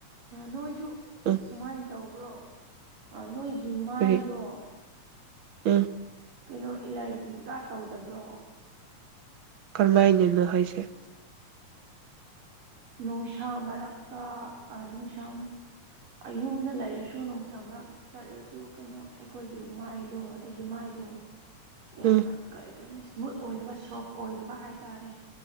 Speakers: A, on the right; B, on the right.
A: ꯅꯣꯏꯁꯨ
B: ꯎꯝ
A: ꯁꯨꯃꯥꯏꯅ ꯇꯧꯕ꯭ꯔꯣ ꯅꯣꯏꯒꯤ ꯃꯥꯏꯗꯣ
B: ꯀꯔꯤ ꯎꯝ
A: ꯀꯩꯅꯣ ꯑꯦꯂꯔꯖꯤꯒ ꯇꯧꯗꯕ꯭ꯔꯣ
B: ꯀꯔꯝꯍꯥꯏꯅꯅꯣ ꯍꯥꯏꯁꯦ
A: ꯅꯨꯡꯁꯥ ꯃꯔꯛꯇ ꯅꯨꯡꯁꯥ ꯑꯌꯨꯝꯗ ꯂꯩꯔꯁꯨ ꯅꯨꯡꯁꯥ ꯃꯔꯛ ꯆꯠꯂꯁꯨ ꯀꯩꯅꯣ ꯑꯩꯈꯣꯏꯒꯤ ꯃꯥꯏꯗꯣ ꯑꯩꯒꯤ ꯃꯥꯏꯗꯣ ꯌꯥꯝꯅ
B: ꯎꯝ
A: ꯀ ꯀ ꯏꯁꯃꯨꯠ ꯑꯣꯏꯗꯕ ꯁꯣꯐ ꯑꯣꯏꯗꯕ ꯍꯥꯏꯇꯥꯔꯦ